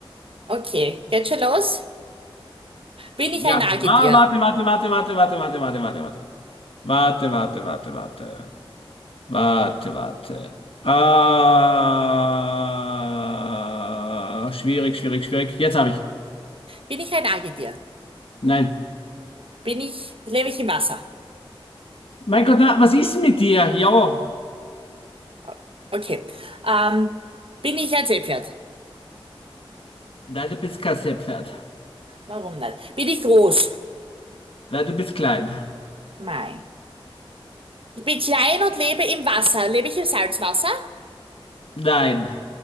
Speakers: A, on the right (about 65°); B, on the left (about 70°).
A: Okay, geht schon los? Bin ich
B: Ja,
A: ein Nagetier?
B: ma, warte, warte, warte, warte, warte, warte, warte, warte, warte. Warte, warte, warte, warte. Warte, warte. Ah, schwierig, schwierig, schwierig. Jetzt habe ich.
A: Bin ich ein Nagetier?
B: Nein.
A: Bin ich, lebe ich im Wasser?
B: Mein Gott, na, was ist denn mit dir? Ja.
A: O- Okay. Ähm, bin ich ein Seepferd?
B: Nein, du bist kein Seepferd.
A: Warum nicht? Bin ich groß?
B: Nein, du bist klein.
A: Nein. Ich bin klein und lebe im Wasser. Lebe ich im Salzwasser?
B: Nein.